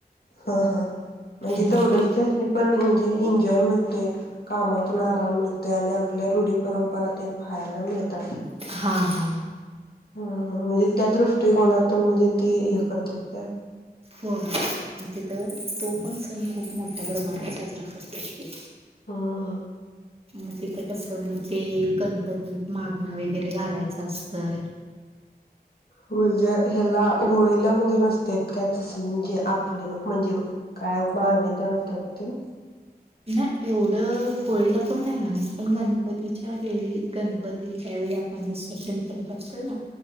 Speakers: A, on the left (about 70°); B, on the right (about 35°).
A: हा हा म्हणजे
B: आणि
A: तेवढंच
B: ते
A: त्यासनी पण म्हणजे एन्जॉय मिळतोय कामातून आराम मिळतोय आणि आपल्या रूढी परंपरा ते फाहायला मिळते.
B: हां, हां.
A: ह ह म्हणजे त्या दृष्टिकोनात तर म्हणजे ते हे करत्यात काय?
B: होवा तिथं तो पण सण खूप मोठ्या प्रमाणात साजरा करत असते.
A: अ ह
B: म तिथे कस मग ते गणपतीत मागणं वैगरे घालायचं असतंय.
A: म्हणजे ह्याला होळीला म्हणजे नसतेत काय तस म्हणजे आपले म्हणजे काय मागण्या ते असत्यात तेन.
B: ना एवढं होळीला पण नाही घालीत पण गणपतीच्या वेळी गणपतीच्या वेळी आपण विसर्जन करत असतोय ना